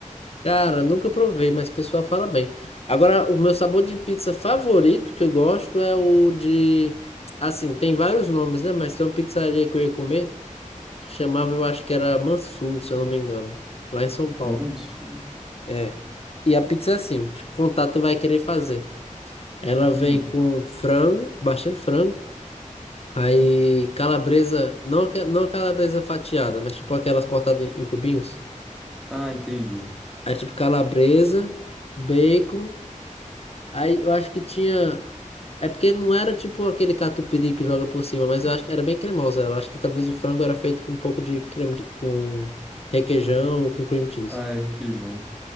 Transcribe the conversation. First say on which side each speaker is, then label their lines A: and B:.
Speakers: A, on the left (about 50°); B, in the centre.
A: Cara, nunca provei, mas o pessoal fala bem. Agora, o meu sabor de pizza favorito que eu gosto é o de. Assim, tem vários nomes, né? Mas tem uma pizzaria que eu ia comer que chamava, eu acho que era Mansur, se eu não me engano, lá em São Paulo.
B: Manso.
A: É. E a pizza é assim, de contato vai querer fazer. Ela vem
B: Hum.
A: com frango, bastante frango. Aí calabresa, não, aque- não a calabresa fatiada, mas tipo aquelas cortadas em, em cubinhos.
B: Ah, entendi.
A: Aí tipo calabresa, bacon. Aí eu acho que tinha. É porque não era tipo aquele catupiry que joga por cima, mas eu acho que era bem cremosa. ela. Eu acho que talvez o frango era feito com um pouco de creme de... com requeijão ou com cream cheese.
B: Ah, é requeijão.